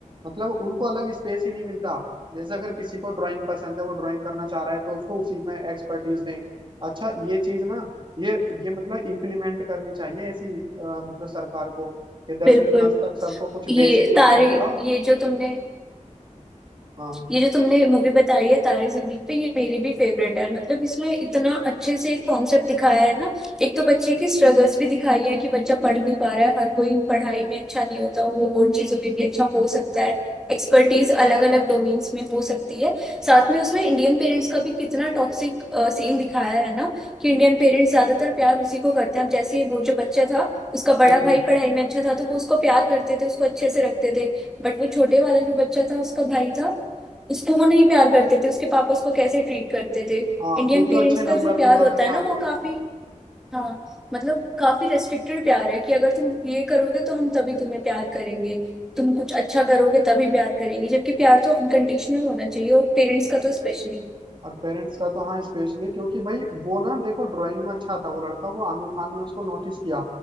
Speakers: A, on the right (about 35°); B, in the centre.
A: मतलब उनको अलग स्पेस ही नहीं मिलता जैसे अगर किसी को ड्राइंग पसंद है वो ड्राइंग करना चाह रहा है तो उसको उसी में एक्सपर्टीज दें अच्छा ये चीज ना ये ये मतलब इम्प्लीमेंट करनी चाहिए ऐसी अ, मतलब सरकार को कि दसवीं
B: बिल्कुल
A: क्लास तक सबको कुछ
B: ये
A: बेसिक
B: तारे
A: स्टडी पढ़ाओ
B: ये जो तुमने
A: हाँ
B: ये जो तुमने मूवी बताई है तारे जमीन पे ये मेरी भी फेवरेट है मतलब इसमें इतना अच्छे से एक कॉन्सेप्ट दिखाया है ना एक तो बच्चे की स्ट्रगल्स भी दिखाई है कि बच्चा पढ़ नहीं पा रहा है हर कोई पढ़ाई में अच्छा नहीं होता वो और चीजों में भी अच्छा हो सकता है एक्सपर्टीज अलग अलग डोमेन्स में हो सकती है साथ में उसमें इंडियन पेरेंट्स का भी कितना टॉक्सिक सीन दिखाया है ना कि इंडियन पेरेंट्स ज्यादातर प्यार उसी को करते हैं अब जैसे वो जो बच्चा था उसका बड़ा
A: हम्म
B: भाई पढ़ाई में अच्छा था तो वो उसको प्यार करते थे उसको अच्छे से रखते थे बट वो छोटे वाला जो बच्चा था उसका भाई था उसको वो नहीं प्यार करते थे उसके पापा उसको कैसे ट्रीट करते थे
A: हाँ
B: इंडियन
A: क्योंकि
B: पेरेंट्स
A: वो अच्छे नंबर
B: का जो
A: नहीं
B: प्यार
A: ला
B: होता
A: रहा
B: है
A: था
B: ना वो काफी हाँ मतलब काफी रेस्ट्रिक्टेड प्यार है कि अगर तुम ये करोगे तो हम तभी तुम्हें प्यार करेंगे तुम कुछ अच्छा करोगे तभी प्यार करेंगे जबकि प्यार तो अनकंडीशनल होना चाहिए और पेरेंट्स का तो स्पेशली
A: और पेरेंट्स का तो हाँ स्पेशली क्योंकि भाई वो ना देखो ड्राइंग में अच्छा था वो लड़का वो आमिर खान ने उसको नोटिस किया